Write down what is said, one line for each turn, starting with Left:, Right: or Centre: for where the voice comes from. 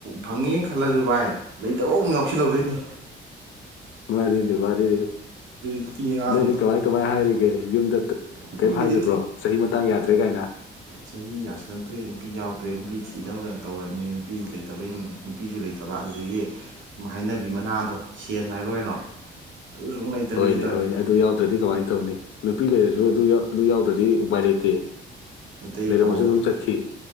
Right: ꯐꯉꯤ ꯈꯜꯂꯁꯨ ꯚꯥꯏ ꯂꯩꯇꯕ ꯑꯃꯨꯛ ꯌꯥꯎꯁꯤꯜꯍꯧꯗꯣꯏꯅꯦ
Left: ꯋꯥꯔꯤꯅꯦ ꯋꯥꯔꯤꯅꯤ
Right: ꯅꯨꯄꯤ ꯑꯉꯥꯡ
Left: ꯅꯪꯅꯦ ꯀꯃꯥꯏ ꯀꯃꯥꯏ ꯍꯥꯏꯔꯤꯒꯦ ꯌꯨꯝꯗ
Right: ꯅꯨꯄꯤꯒꯤꯗꯤ
Left: ꯀꯩꯝ ꯍꯥꯏꯗꯕ꯭ꯔꯣ ꯆꯍꯤ ꯃꯇꯥꯡ ꯌꯥꯗ꯭ꯔꯦ ꯀꯥꯏꯅ
Right: ꯆꯍꯤ ꯌꯥꯁꯤꯜꯂꯛꯇ꯭ꯔꯦ ꯅꯨꯄꯤ ꯌꯥꯎꯗ꯭ꯔꯦ ꯅꯨꯄꯤ ꯊꯤ ꯊꯤꯗꯕꯗꯅ ꯇꯧꯔꯃꯤꯅꯤ ꯅꯨꯄꯤ ꯂꯩꯇꯕꯩ ꯅꯨꯄꯤꯁꯨ ꯂꯩꯇꯕ ꯑꯗꯨꯗꯒꯤ ꯍꯩꯅꯕꯤ ꯃꯅꯥꯗꯣ ꯁꯦꯜ ꯍꯥꯏꯕ꯭ꯔꯥ ꯀꯩꯅꯣ ꯑꯗꯨꯁꯨ ꯑꯃꯨꯛ ꯂꯩꯇꯕꯅꯤꯅ
Left: ꯍꯣꯏꯅꯦ
Right: ꯇꯧꯔꯤꯁꯦ
Left: ꯍꯣꯏꯅꯦ ꯑꯗꯨ ꯌꯥꯎꯗ꯭ꯔꯗꯤ ꯀꯃꯥꯏꯅ ꯇꯧꯅꯤ ꯅꯨꯄꯤ ꯂꯩꯔꯁꯨ ꯑꯗꯨ ꯌꯥ ꯑꯗꯨꯗꯤ ꯎꯄꯥꯏ ꯂꯩꯇꯦ
Right: ꯃꯩꯇꯩ
Left: ꯂꯩꯔꯝꯃꯁꯨ
Right: ꯄꯥꯎꯔꯧ
Left: ꯑꯗꯨꯝ ꯆꯠꯈꯤ